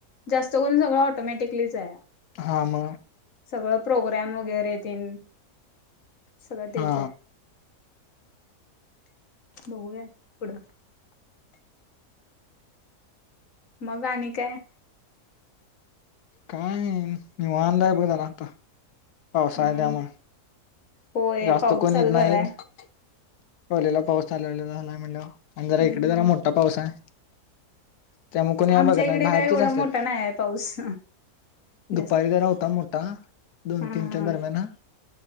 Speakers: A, on the left (about 60°); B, on the left (about 75°).
A: जास्त करून सगळं ऑटोमॅटिकली जा आहे.
B: हा म
A: सगळं प्रोग्राम वगैरे येतील सगळं तेच
B: हा
A: आहे. नया पुडं मग आणि काय
B: का नि्हारला आहे प झाला आता पावसा
A: निवांत
B: टम
A: होय
B: जास्त
A: पाऊस
B: कोणी
A: चालू
B: येत
A: झालाय
B: नाहीत. पलेला पाऊस चालवला झालाय म्हणलं आणि जरा
A: हम्म
B: इकडे जरा
A: हम्म
B: मोठा पाऊस आहे. त्यामुळे कोणी या
A: आमच्या
B: बघत
A: इकडे
B: नाही. बाहेरचेच
A: काय एवढा
B: असतात
A: मोठा नाही आहे पाऊस
B: दुपारी
A: जास्त
B: तर होता मोठ दोन
A: हा हा
B: तीनच्या दरम्यान
A: हम्म
B: हा